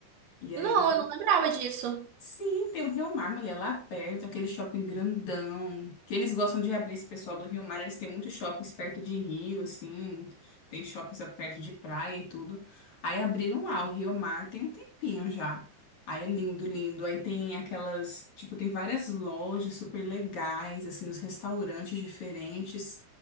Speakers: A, on the left; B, on the right.
A: E aí
B: Não, eu não lembrava disso.
A: Sim, tem o Rio Mar, mulher, lá perto, aquele shopping grandão, que eles gostam de abrir esse pessoal do Rio Mar, eles têm muitos shoppings perto de rio, assim, tem shoppings perto de praia e tudo. Aí abriram lá o Rio Mar, tem um tempinho já. Aí é lindo, lindo. Aí tem aquelas, tipo, tem várias lojas super legais, assim, os restaurantes diferentes.